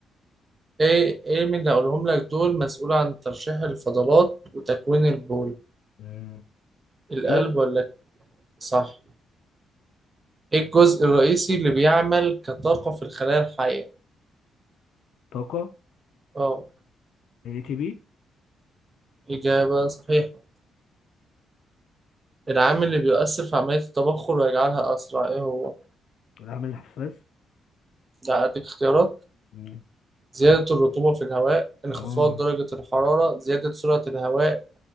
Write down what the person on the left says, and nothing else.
مم.
كلى
طاقة
اي تي بي
العامل الحفاز
مم.
اه